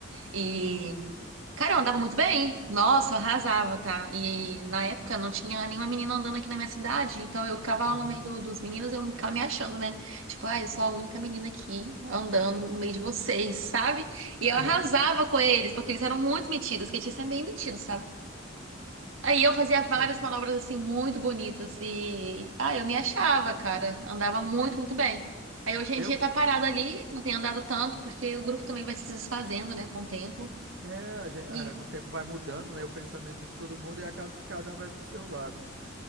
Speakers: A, on the right; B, on the right.
A: E, cara, eu andava muito bem. Nossa, eu arrasava, tá? E na época não tinha nenhuma menina andando aqui na minha cidade, então eu ficava
B: uhum.
A: lá no meio do- dos meninos e eu ficava me achando, né? Tipo, ah, eu sou a única menina aqui andando no meio de vocês, sabe? E eu arrasava
B: aham,
A: com eles, porque eles eram muito metidos. Skatista é meio metido, sabe? Aí eu fazia várias
B: aham.
A: manobras assim muito bonitas e ah, eu me achava, cara, andava muito, muito bem. Aí hoje em
B: Eu,
A: dia tá parado ali, não tem andado tanto porque o grupo também vai se desfazendo, né, com o tempo.
B: é, a gen- é,
A: E
B: com o tempo vai mudando, né? O pensamento de todo mundo e acaba que cada um vai pro seu lado, né?